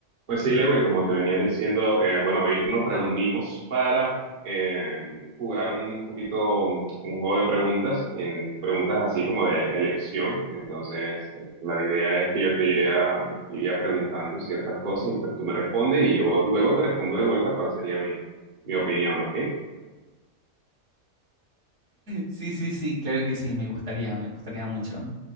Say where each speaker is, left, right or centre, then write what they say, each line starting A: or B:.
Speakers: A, on the right; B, on the right.
A: Pues sí, Lewin, como te venía diciendo, eh, bueno, hoy nos reunimos para eh, jugar un poquito mm, un juego de preguntas, en preguntas así como de elección. Entonces, eh, la idea es que yo te iría, iría preguntando ciertas cosas y pues tú me respondes y yo luego te respondo de vuelta cuál sería mi, mi opinión, ¿ok?
B: Sí, sí, sí, claro que sí, me gustaría, me gustaría mucho.